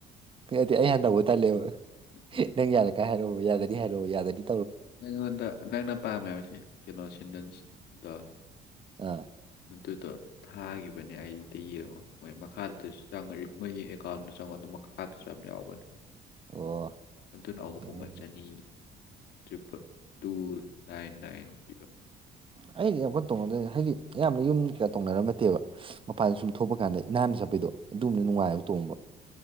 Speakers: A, on the right; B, on the left.
A: ꯗꯤ ꯑꯩ ꯍꯟꯗꯕꯨ ꯇꯜꯂꯦꯕ
B: ꯎꯝ
A: ꯅꯪ ꯌꯥꯔ ꯀꯥꯏ ꯍꯥꯏꯔꯛꯑꯣ ꯌꯥꯗꯅꯤ ꯍꯥꯏꯔꯛꯑꯣ ꯌꯥꯗꯅꯤ
B: ꯅꯪꯉꯣꯟꯗ ꯅꯪꯅ ꯄꯥꯝꯃꯦꯕ ꯀꯩꯅꯣ ꯁꯤꯗꯟꯗꯣ
A: ꯑꯥ
B: ꯑꯗꯨꯗꯣ ꯊꯥꯈꯤꯕꯅꯦ ꯑꯩꯗ ꯌꯦꯡꯉꯣ ꯃꯣꯏ ꯃꯈꯥꯗꯨꯗꯁꯨ ꯆꯪꯉ ꯃꯣꯏꯒꯤ ꯑꯦꯀꯥꯎꯟꯗꯣ ꯆꯪꯉꯣꯗ ꯃꯈꯥꯗ ꯆ ꯌꯥꯎꯕꯅꯤ
A: ꯑꯣ
B: ꯑꯗꯨꯅ ꯑꯍꯣꯡꯕ
A: ꯌꯥꯏ
B: ꯆꯅꯤ ꯇ꯭ꯔꯤꯄꯜ ꯇꯨ ꯅꯥꯏꯟ ꯅꯥꯏꯟ ꯄꯤꯕ
A: ꯑꯣ ꯑꯩꯗꯤ ꯌꯥꯝꯀ ꯇꯣꯡꯉꯗ ꯍꯥꯏꯗꯤ ꯌꯥꯝꯅ ꯌꯨꯝ ꯀꯌꯥ ꯇꯧꯅꯔꯝꯕ ꯅꯠꯇꯦꯕ ꯃꯄꯥꯟꯗ ꯁꯨꯝ ꯊꯣꯛꯄ ꯀꯥꯟꯗ ꯅꯍꯥꯟꯅ ꯆꯠꯄꯩꯗꯣ ꯑꯗꯨꯝꯕꯕꯅ ꯅꯨꯡꯉꯥꯏꯕ ꯇꯣꯡꯕ